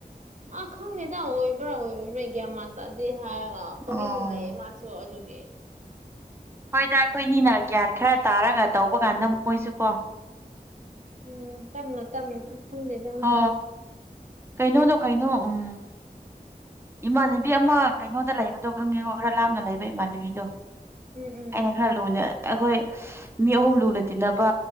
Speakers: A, on the right; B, on the right.
A: ꯑ ꯈꯪꯗꯦꯗ ꯑꯣꯏꯕ꯭ꯔꯥ ꯑꯣꯏꯕꯕ꯭ꯔꯥ ꯒꯥꯢꯟ ꯃꯥꯟ ꯇꯥꯗꯦ ꯍꯥꯏꯔꯒ ꯇꯣꯃꯤꯟꯅ
B: ꯑꯣ
A: ꯂꯩꯌꯦ ꯃꯥꯁꯨ ꯑꯗꯨꯒꯤ
B: ꯍꯣꯏꯗ ꯑꯩꯈꯣꯏꯅꯤꯅ ꯒ꯭ꯌꯥꯟ ꯈꯔ ꯇꯥꯔꯒ ꯇꯧꯕ ꯀꯥꯟꯗ ꯃꯣꯏꯁꯨ ꯀꯣ
A: ꯎꯝ ꯇꯞꯅ ꯇꯞꯅ ꯈꯪꯗꯦꯗꯝ
B: ꯍ ꯀꯩꯅꯣꯗꯣ ꯀꯩꯅꯣ ꯎꯝ ꯏꯃꯥꯟꯅꯕꯤ ꯑꯃ ꯀꯩꯅꯣꯗ ꯂꯩꯕꯗꯣ ꯈꯪꯉꯦꯕ ꯈꯔ ꯂꯥꯞꯅ ꯂꯩꯕ ꯏꯃꯥꯟꯅꯕꯤꯗꯣ
A: ꯎꯝ ꯎꯝ
B: ꯑꯩꯅ ꯈꯔ ꯂꯨꯅ ꯑꯩꯈꯣꯏ ꯃꯤ ꯑꯍꯨꯝ ꯂꯨꯅ ꯇꯤꯟꯅꯕ